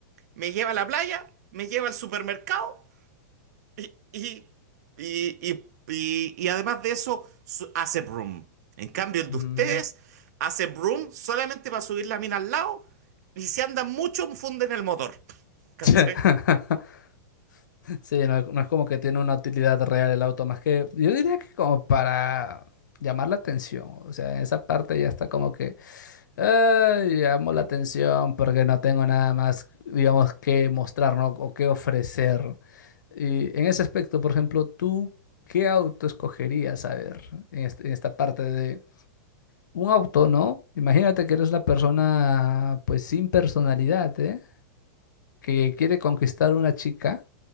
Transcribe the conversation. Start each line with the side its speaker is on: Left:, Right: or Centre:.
Right: me lleva a la playa, me lleva al supermercado y, y, y, y- y- y además de eso, su- hace broom. En cambio, el
Left: mm.
Right: de ustedes hace broom solamente para subir la mina al lado y si andan mucho, funden el motor. <laughs> ¿Cachai?
Left: <laughs> Sí, no, es no es como que tiene una utilidad real el auto, más que yo diría que como para llamar la atención. O sea, en esa parte ya está como que "Ay, llamo la atención porque no tengo nada más, digamos, que mostrar, ¿no? O que ofrecer. Y en ese aspecto, por ejemplo, ¿tú qué auto escogerías, a ver, en este- en esta parte de un auto, ¿no? Imagínate que eres una persona, pues, sin personalidad, ¿eh? que quiere conquistar una chica,